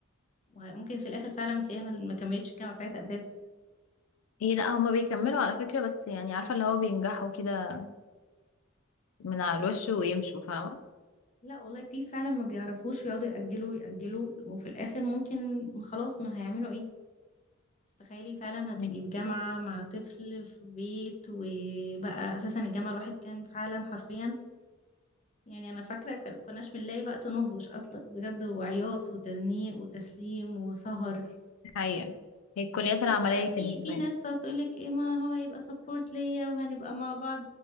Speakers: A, on the left; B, on the left.
A: وممكن في الآخر فعلا تلاقيها ما ما كملتش الجامعة بتاعتها أساسا
B: ايه لا هما بيكملوا على فكره بس يعني عارفه اللي هو بينجحوا كده من على الوش ويمشوا فاهمه
A: لا والله في فعلا ما بيعرفوش يقعدوا يأجلوا يأجلوا وفي الآخر ممكن خلاص ما هيعملوا إيه بس تخيلي فعلا هتبقي
B: مم.
A: في جامعة مع طفل في بيت وبقى أساسا الجامعة الواحد كان فعلا حرفيا يعني أنا فاكرة ك- كناش بنلاقي وقت نهرش أصلا بجد وعياط وتزنيق وتسليم وسهر
B: حقيقة هي الكليات
A: في
B: العمليه
A: بقى في
B: كده
A: في
B: كمان
A: ناس تقعد تقولك ايه ما هو هيبقى سبورت ليا وهنبقى مع بعض